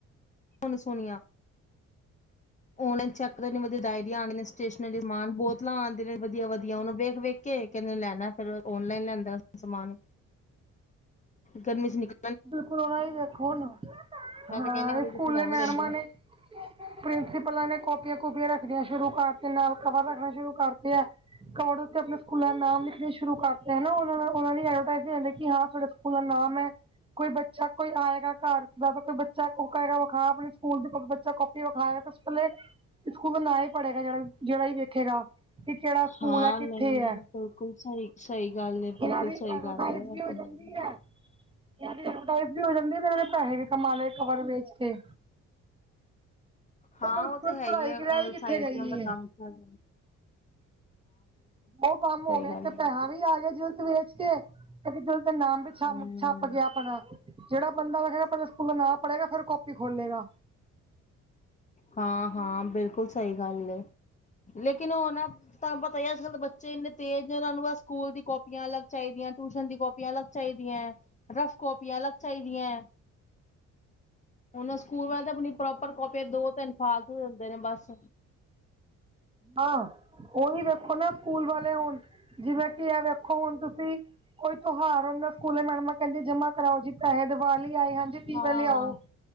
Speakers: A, on the left (about 25°); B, on the right (about 15°).
A: ਸੋ ਸੋਣੀਆਂ ਓਨਲਾਈਨ ਚੈੱਕ ਡਇਰੀ ਆਉਣੀਆ ਸਟੇਸਨ ਰੀ। ਪਹਿਲੇ ਸਮਾਨ ਬੋਤਲਾਂ ਆਉਂਦੇ ਨੇ ਵਧੀਆ- ਵਧੀਆ ਉਹਨੂੰ ਵੇਖ ਵੇਖ ਕੇ ਕਹਦੇ ਲੈਣਾ ਫਿਰ ਔਨਲਾਈਨ ਲੈਂਦਾ ਸਮਾਨ ਗਰਮੀ ਚ ਨਿਕਲ।
B: ਬਿਲਕੁਲ ਓਨਾ ਹੀ ਦੇਖੋ ਹੁਣ
A: ਮੈਂ
B: ਹਾਂ
A: ਤਾਂ ਕਹਿੰਦੀ ਵੀ
B: ਸਕੂਲੇ
A: ਜਿੱਥੇ ਲੈਣ
B: ਮੈਡਮਾਂ
A: ਲੈ ਲਓ
B: ਨੇ। ਪ੍ਰਿੰਸੀਪਲਾਂ ਨੇ ਕਾਪੀਆਂ- ਕੂਪੀਆਂ ਰੱਖਣੀਆਂ ਸ਼ੁਰੂ ਕਰਤੀ ਨਾਲ ਕਵਰ ਰੱਖਨੇ ਸ਼ੁਰੂ ਕਰਤੇ ਆ। ਕੋਡ ਉੱਤੇ ਆਪਣੇ ਸਕੂਲ ਦਾ ਨਾਮ ਲਿਖਣੇ ਸ਼ੁਰੂ ਕਰਤੇ ਹਨਾ, ਉਹਨਾਂ ਨਾਲ ਉਹਨਾਂ ਦੀ ਐਡਵਰਟਾਈਜ਼ ਕਿ ਹਾਂ ਸਾਡੇ ਸਕੂਲ ਦਾ ਨਾਮ ਐ। ਕੋਈ ਬੱਚਾ, ਕੋਈ ਆਏਗਾ ਘਰ ਦਾ ਕੋਈ ਬੱਚਾ ਵੱਖਾ ਆਪਣੀ, ਸਕੂਲ ਬੱਚਾ ਕਾਪੀ ਵਿਖਾਇਆੇਲੇ, ਸਕੂਲ ਦਾ ਨਾਂ ਹੀ ਪੜ੍ਹੇਗਾ ਜਿਹੜਾ ਹੀ ਵਖੇਗਾ। ਕਿ ਕਿਹੜਾ ਸਕੂਲ
A: ਹਾਂ
B: ਐ ਕਿੱਥੇ
A: ਨਹੀਂ ਨਹੀਂ
B: ਏ,
A: ਬਿਲਕੁਲ ਸਹੀ ਸਹੀ ਗੱਲ ਹੈ ਬਿਲਕੁਲ
B: ਏਨਾ ਨੇਐਡਰਟਾਈਜ਼ਮੈਂਟ
A: ਸਹੀ ਗੱਲ ਹੈ
B: ਕੀਤੀ
A: ਉਹ ਤੇ
B: ਹੋਈ
A: ਹੈ ਹੀ
B: ਆ। ਐਡਵਰਟਾਈਜ਼ਮੈਂਟ ਵੀ ਹੋ ਜਾਂਦੀ ਹੈ, ਤੇ ਇਹਨਾਂ ਨੇ ਪੈਸੇ ਵੀ ਕਮਾ ਲਏ ਕਵਰ ਵੇਚ ਕੇ।
A: ਹਾਂ
B: ਫਿਰ ਉਸ
A: ਉਹ
B: ਤੋਂ
A: ਤੇ
B: ਬਾਅਦ
A: ਹੈ
B: ਪੜ੍ਹਾਈ
A: ਹੀ ਆ,
B: ਕੀ
A: ਉਹ
B: ਰਹਿ ਕਿੱਥੇ
A: ਸਾਈਡ
B: ਗਈ
A: ਤੇ ਉਹ
B: ਹੈ
A: ਕੰਮ ਕਰ।
B: ਉਹ ਕੰਮ ਹੋ ਗਿਆ,
A: ਗੱਲ
B: ਇੱਕ ਤੇ
A: ਹੈ।
B: ਪੈਸਾਂ ਵੀ ਆ ਗਿਆ, ਜਿਲਤ ਵੇਚ। ਤੇ ਉਸਦਾ ਨਾਮ ਵੀ
A: ਹੂੰ
B: ਛਪ- ਛਪ ਗਿਆ ਆਪਣਾ। ਜਿਹੜਾ ਬੰਦਾ ਸਕੂਲ ਨਾਂ ਪੜੇਗਾ, ਫਿਰ ਕਾਪੀ ਖੋਲ੍ਹੇਗਾ।
A: ਹਾਂ- ਹਾਂ ਬਿਲਕੁਲ ਸਹੀ ਐ ਗੱਲ, ਲੇਕਿਨ ਉਹ ਨਾ ਤਹਾਨੂੰ ਪਤਾ ਹੀ ਅੱਜ ਕੱਲ੍ਹ ਦੇ ਬੱਚੇ ਇੰਨੇ ਤੇਜ਼ ਨੇ, ਉਹਨਾਂ ਨੂੰ ਸਕੂਲ ਦੀ ਕਾਪੀਆਂ ਅਲੱਗੱ ਚਾਹੀਦੀਆਂ, ਟਿਊਸ਼ਨ ਦੀ ਕਾਪੀਆਂ ਕਾਪੀਆਂ ਅਲੱਗ ਚਾਹੀਦੀਆਂ ਹੈ, ਰਫ ਕਾਪੀਆਂ ਅਲੱਗ ਚਾਹੀਦੀਆਂ ਏ, ਉਹਨਾਂ ਸਕੂਲ ਵਾਲੇ ਆਪਣੀ ਪ੍ਰੋਪਰ ਕਾਪੀ ਦੋ ਤਿੰਨ ਫਾਲਤੂ ਦਿੰਦੇ ਨੇ ਬਸ।
B: ਹਾਂ ਉਹੀ ਵੇਖੋ ਨਾ ਸਕੂਲ ਵਾਲੇ ਹੁਣ ਜਿਵੇਂ ਕਿ ਆ ਵੇਖੋ ਹੁਣ ਤੁਸੀਂ ਕੋਈ ਤਿਉਹਾਰ ਹੁੰਦਾ, ਸਕੂਲੇ ਮੈਡਮਾਂ ਕਹਿੰਦੀ ਜਮਾਂ ਕਰਾਓ ਜੀ। ਦੀਵਾਲੀ ਆਏ ਹਾਂਜੀ ਦੀਵੇ
A: ਹਾਂ
B: ਲਿਆਓ